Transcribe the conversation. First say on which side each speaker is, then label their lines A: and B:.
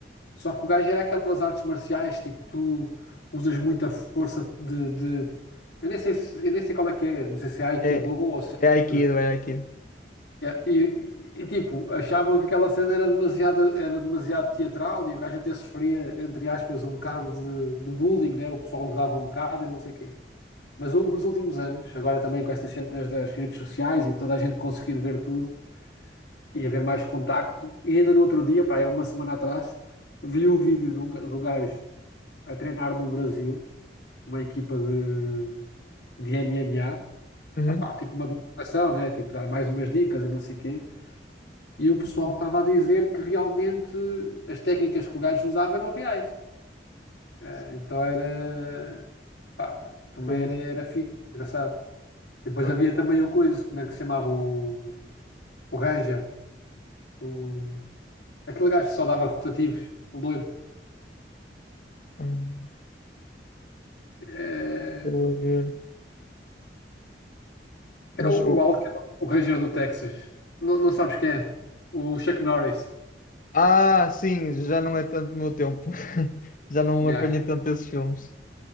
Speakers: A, on the left; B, on the left.
A: Só que o gajo era aquelas artes marciais, tipo, tu usas muita força de, de- Eu nem sei se- eu nem sei qual é que é, não sei se é Aikido
B: É,
A: ou se é
B: é Aikido,
A: outra.
B: é Aikido.
A: É, E, e, tipo, achavam que aquela cena era demasiado, era demasiado teatral e o gajo até sofria, entre aspas, um bocado de, de bullying, né? O pessoal gozava um bocado e não sei o quê. Mas o- nos últimos anos, agora também com estas cenas das redes sociais e toda a gente conseguir ver tudo e haver mais contacto, e ainda no outro dia, pá, é uma semana atrás, vi o vídeo do, ga- do gajo a treinar no Brasil, uma equipa de, de MMA,
B: Uhum.
A: Epá, tipo uma demonstração, né? Tipo, dar mais umas dicas e não sei o quê. E o pessoal estava a dizer que realmente as técnicas que o gajo usava eram reais. Eh, então era, pá, também
B: Ok.
A: era, era fixe, engraçado. Depois
B: Ok.
A: havia também o coisa, como é que se chamava? O, o Ranger, o, aquele gajo que só dava rotativos, o loiro.
B: Hum,
A: Eh,
B: Estou a ver.
A: era
B: Mas
A: o,
B: o,
A: o Alcyon, o Ranger do Texas. Não, não sabes quem é? O Chuck Norris.
B: Ah, sim, já não é tanto no meu tempo. <laughs> Já não
A: Yeah.
B: apanhei tanto esses filmes.